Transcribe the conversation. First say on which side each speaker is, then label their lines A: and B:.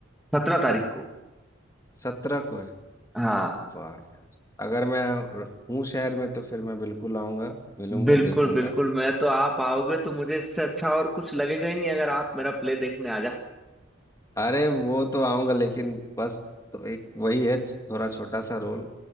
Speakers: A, in the centre; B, on the left.
A: सत्रह तारीख को
B: सत्रह को है
A: हाँ
B: वाह यार अगर मैं हूँ शहर में तो फिर मैं बिल्कुल आऊंगा मिलूंगा
A: बिल्कुल
B: देखूंगा
A: बिल्कुल मैं तो आप आओगे तो मुझे इससे अच्छा और कुछ लगेगा ही नहीं अगर आप मेरा प्ले देखने आ जा
B: अरे वो तो आऊंगा लेकिन बस तो एक वही है थोड़ा छोटा सा रोल